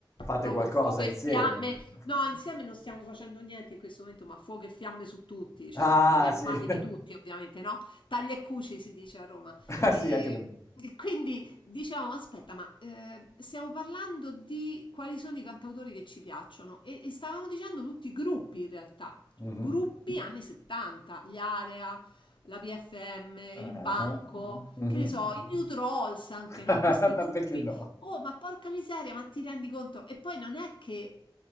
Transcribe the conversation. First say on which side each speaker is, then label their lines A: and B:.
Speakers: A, on the left (about 35°); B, on the left (about 70°).
A: Fate
B: poco
A: qualcosa
B: fuoco
A: insieme.
B: e fiamme,
A: <laughs>
B: no, insieme non stiamo facendo niente in questo momento, ma fuoco e fiamme su tutti, cioè
A: Ah,
B: parliamo
A: sì.
B: male
A: <laughs>
B: di tutti ovviamente, no? Taglia e cuci si dice a Roma.
A: Ah,
B: E,
A: sì, anche da me.
B: e quindi Dicevamo, aspetta, ma eh, stiamo parlando di quali sono i cantautori che ci piacciono e, e stavamo dicendo tutti i gruppi in realtà, cioè
A: Mhm.
B: gruppi anni 70, gli Area, la PFM, il
A: Ah,
B: Banco,
A: ah. Mhm.
B: che ne so, i New Trolls anche,
A: <laughs>
B: no? Questi
A: Ma
B: gruppi.
A: perché no?
B: Oh, ma porca miseria, ma ti rendi conto? E poi non è che